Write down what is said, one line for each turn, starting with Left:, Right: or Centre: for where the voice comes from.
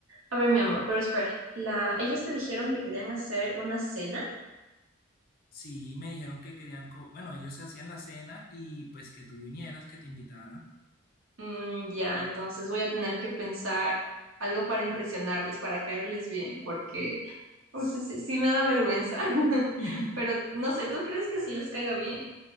Right: A ver, mi amor, pero espera. La... Ellos te dijeron que querían hacer una cena.
Left: Sí, me dijeron que querían, co- bueno, ellos se hacían la cena y pues que tú vinieras, que te invitara.
Right: Mm, ya, entonces voy a tener que pensar algo para impresionarles, para caerles bien, porque... O sea, sí, sí me da vergüenza, <laughs>
Left: <laughs>
Right: pero no sé, ¿tú crees que si les caiga bien?